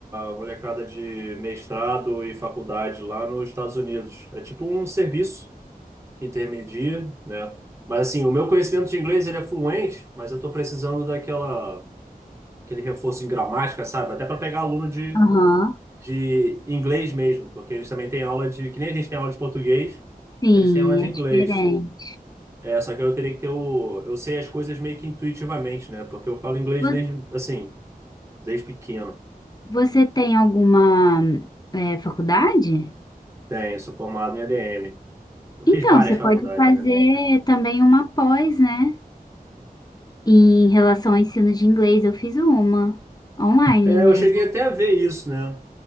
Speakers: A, on the right; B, on the left.
A: molecada de mestrado e faculdade lá nos Estados Unidos. É tipo um serviço que intermedia, né? Mas assim, o meu conhecimento de inglês ele é fluente, mas eu estou precisando daquela aquele reforço em gramática, sabe? Até para pegar aluno de,
B: Aham,
A: de inglês mesmo, porque eles também têm aula de que nem a gente tem aula de português,
B: sim,
A: eles têm aula de
B: é
A: inglês.
B: diferente.
A: É, só que eu teria que ter o. Eu sei as coisas meio que intuitivamente, né? Porque eu falo inglês
B: Vo-
A: desde, assim, desde pequeno.
B: Você tem alguma, é, faculdade?
A: Tenho, sou formado em ADM. Eu
B: Então,
A: fiz várias
B: você
A: faculdades,
B: pode fazer
A: né?
B: também uma pós, né? Em relação ao ensino de inglês, eu fiz uma online
A: É,
B: mesmo.
A: eu cheguei até a ver isso, né?